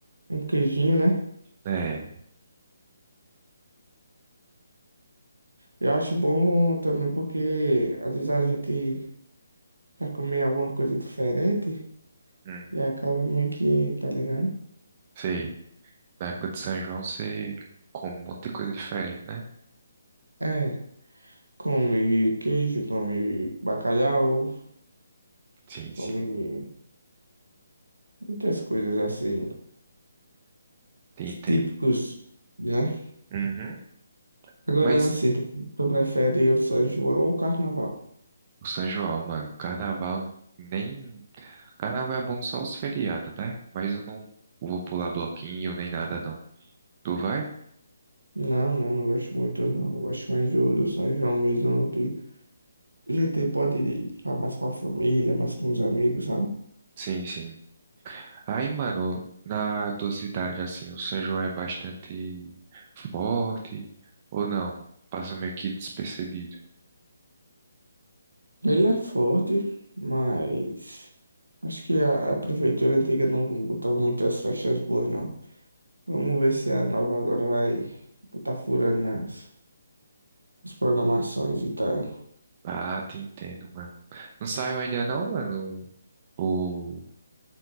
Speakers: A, on the right; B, on the right.
A: um queijinho, né?
B: É,
A: Eu acho bom também porque às vezes a gente quer comer alguma coisa diferente
B: hum,
A: e acaba meio que, tá ligado?
B: sei. Na época de São João você come um monte de coisa diferente, né?
A: É, come queijo, come bacalhau,
B: Sim, sim,
A: come muitas coisas assim,
B: te
A: os
B: entendo.
A: típicos, né?
B: Uhum.
A: Agora,
B: Mas
A: assim, tu tu prefere o São João ou o Carnaval?
B: o São João, mano, carnaval nem. Carnaval é bom só os feriados, né? Mas eu não vou pular bloquinho nem nada, não. Tu vai?
A: Não, não, não gosto muito, não. Eu Gosto mais do, do São João mesmo. De GT
B: Hum,
A: pode ir pra- mais com a família, mais com os amigos, sabe?
B: Sim, sim. Aí, mano, na tua cidade, assim, o São João é bastante forte ou não? Passa meio que despercebido.
A: Ele é forte, mas acho que a, a prefeitura antiga não botava muitas festas boas, não. Vamos ver se a nova agora vai botar furando nas, nas programações e tal.
B: Ah, te entendo, mano. Não saiu ainda não, mano, o...